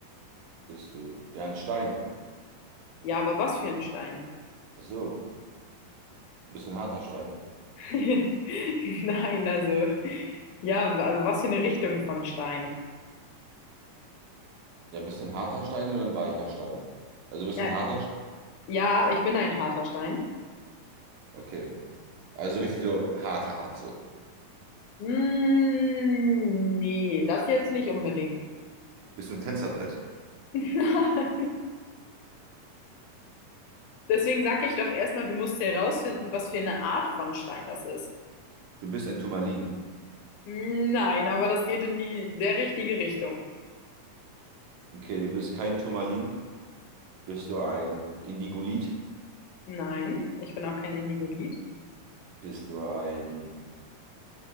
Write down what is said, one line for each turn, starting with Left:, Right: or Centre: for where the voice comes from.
Right: Bist du. Ja, ein Stein.
Left: Ja, aber was für ein Stein?
Right: Ach so. Bist du ein harter Stein?
Left: <laughs> Nein, also ja, aber was für eine Richtung von Stein?
Right: Ja, bist du ein harter Stein oder ein weicher Stein? Also bist
Left: Ja,
Right: du ein harter
Left: ja, ich bin ein harter Stein.
Right: Okay. Also richtig so hart, hart so.
Left: Mm, nee, das jetzt nicht unbedingt.
Right: Bist du ein Fensterbrett?
Left: <laughs> Nein. Deswegen sage ich doch erstmal, du musst herausfinden, was für eine Art von Stein das ist.
Right: Du bist ein Turmalin.
Left: Hm, Nein, aber das geht in die sehr richtige Richtung.
Right: Okay, du bist kein Turmalin. Bist du ein Indigolit?
Left: Nein, ich bin auch kein Indigolit.
Right: Bist du ein